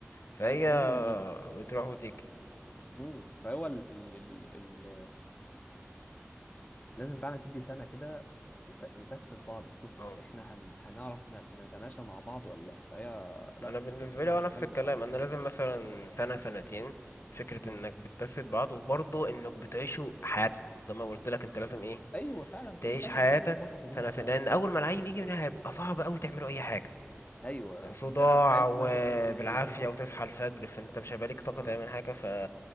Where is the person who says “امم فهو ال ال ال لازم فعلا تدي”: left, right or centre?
Left